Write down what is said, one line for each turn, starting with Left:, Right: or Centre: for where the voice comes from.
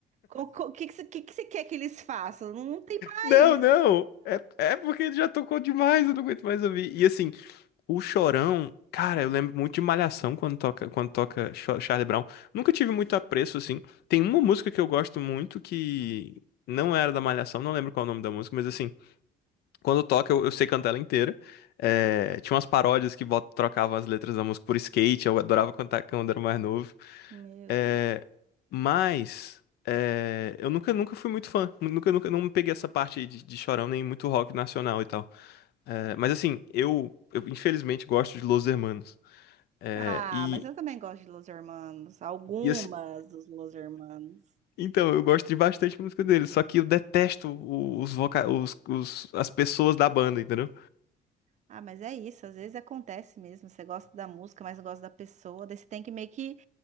Right: O que que você que que você quer que eles façam? Não, não tem mais.
Left: Não, não, é, é porque já tocou demais, eu não aguento mais ouvir. E assim, O Chorão, cara, eu lembro muito de Malhação quando toca, quando toca Cho- Charlie Brown. Nunca tive muito apreço, assim. Tem uma música que eu gosto muito que não era da Malhação, não lembro qual é o nome da música, mas assim, quando toca eu, eu sei cantar ela inteira. É, tinha umas paródias que bot- trocavam as letras da música por skate, eu adorava cantar quando era mais novo.
Right: Meu
Left: Eh,
Right: Deus.
Left: mas é, eu nunca, nunca fui muito fã. Nunca, nunca não me peguei essa parte de, de chorão, nem muito rock nacional e tal. É, mas assim, eu, eu infelizmente gosto de Los Hermanos. É,
Right: Ah,
Left: e,
Right: mas eu também gosto de Los Hermanos, algumas
Left: e assim,
Right: dos Los Hermanos.
Left: então, eu gosto de bastante música deles, só que eu detesto os, voca os, os- as pessoas da banda, entendeu?
Right: Ah, mas é isso, às vezes acontece mesmo. Você gosta da música, mas não gosta da pessoa, daí você tem que meio que